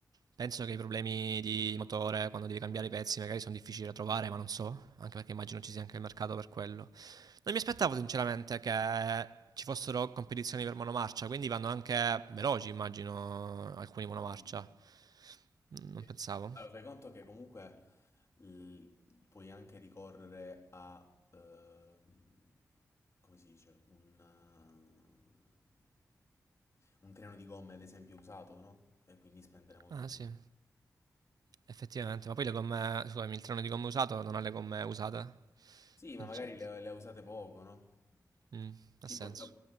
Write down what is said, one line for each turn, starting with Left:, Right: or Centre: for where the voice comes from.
Right: penso che i problemi di motore quando devi cambiare i pezzi magari sono difficili da trovare, ma non so, anche perché immagino ci sia anche il mercato per quello. Non mi aspettavo sinceramente che ci fossero competizioni per monomarcia, quindi vanno anche veloci, immagino, alcuni monomarcia.
Left: Sì.
Right: Mm,
Left: Sì.
Right: Non pensavo.
Left: Allora, fai conto che comunque l- puoi anche ricorrere a, ehm, come si dice, un, eh, un treno di gomme, ad esempio, usato, no? E quindi spendere molto
Right: Ah
Left: meno.
Right: sì, effettivamente, ma poi le gomme, scusami, il treno di gomme usato non ha le gomme usate?
Left: Sì, ma
Right: Non
Left: magari
Right: ci-
Left: le, le usate poco, no?
Right: Mm, ha
Left: Tipo,
Right: senso.
Left: sta-